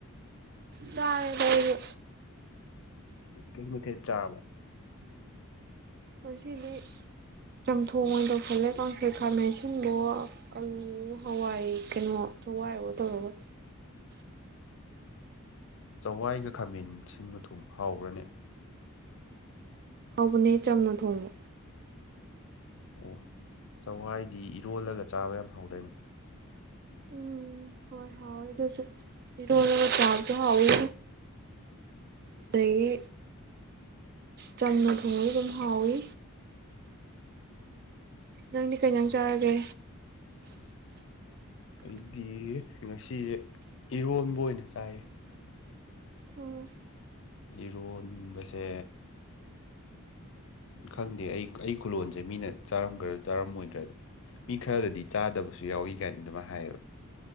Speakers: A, on the right; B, on the left.
A: ꯆꯔ‌ꯦꯗ ꯑꯩ ꯖꯨ
B: ꯀꯩ ꯃꯊꯦꯜ ꯆꯥꯔꯕ
A: ꯉꯁꯤꯗꯤ ꯆꯝꯊꯣꯡ ꯑꯣꯏꯅ ꯇꯧ ꯁꯜꯂꯦ ꯀꯥꯡꯁ‌ꯣꯏ ꯈꯥꯔꯃꯦꯟ ꯑꯁꯤꯟꯕꯍꯣ ꯑꯥꯂꯨ ꯍ‌ꯣ ꯍꯋꯥꯏ ꯀꯩꯅꯣ ꯆꯋꯥꯏ ꯑꯣ ꯇꯧꯔꯒ
B: ꯆꯋꯥꯏꯒ ꯈꯥꯃꯦꯟ ꯁꯤꯟꯕ ꯊꯨꯡꯕ ꯍꯥꯎꯕꯔꯅꯦ
A: ꯍꯧꯕꯅꯦ ꯆꯝꯅ ꯊꯣꯡꯕ
B: ꯑꯣ ꯆꯧꯋꯥꯏꯗꯤ ꯏꯔꯣꯜꯂꯒ ꯆꯥꯕ ꯌꯥꯝ ꯍꯥꯎꯗꯥꯏꯅ‌ꯦ
A: ꯎꯝ ꯍꯣꯏ ꯍꯥꯎ ꯑꯗꯨꯁꯨ ꯏꯔ‌ꯣꯝꯕꯒ ꯆꯥꯕꯁꯨ ꯍꯥꯎꯋꯤ ꯑꯗꯒꯤ ꯆꯝꯅ ꯊꯣꯡꯕꯁꯨ ꯑꯗꯨꯝ ꯍꯥꯎꯋꯤ ꯅꯪꯗꯤ ꯀꯩ
B: ꯑꯣ
A: ꯏꯟꯖꯥꯡ ꯆꯥꯔꯒꯦ
B: ꯑꯩꯗꯤ ꯉꯁꯤꯁꯦ ꯏꯔꯣꯟꯕ ꯑꯣꯏꯅ ꯆꯥꯏꯌꯦ
A: ꯎꯝ
B: ꯏꯔꯣꯟꯕꯁꯦ ꯈꯪꯗꯦ ꯑꯩ ꯑꯩ ꯈꯨꯂꯂꯣꯟꯁꯦ ꯃꯤꯅ ꯆꯥꯔꯝꯒꯔ ꯆꯥꯔꯝꯃꯣꯏꯗ꯭ꯔꯗꯤ ꯃꯤ ꯈꯔꯗꯗꯤ ꯆꯥꯗꯕꯁꯨ ꯌꯥꯎꯋꯤ ꯒꯥꯏꯅ ꯗꯨꯃꯥꯏ ꯍꯥꯏꯌꯦꯕ